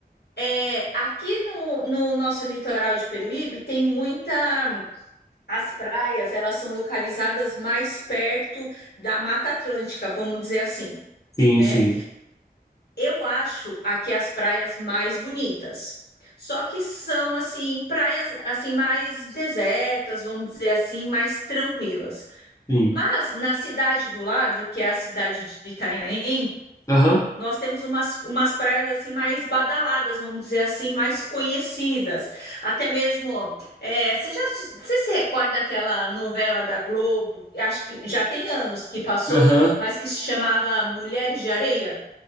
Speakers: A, on the left (about 80°); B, on the left (about 20°).
A: é, aqui no, no nosso litoral de Peruíbe tem muita. As praias, elas são localizadas mais perto da Mata Atlântica, vamos dizer assim,
B: Sim,
A: né?
B: sim,
A: Eu acho aqui as praias mais bonitas. Só que são assim praias assim mais desertas, vamos dizer assim, mais tranquilas.
B: sim.
A: Mas na cidade do lado, que é a cidade de Itanhaém,
B: Aham,
A: nós temos umas, umas praias assim mais badaladas, vamos dizer assim, mais conhecidas. Até mesmo, ó, é, você já se- você se recorda daquela novela da Globo? Acho que já tem anos que passou,
B: aham.
A: mas que se chamava Mulheres de Areia.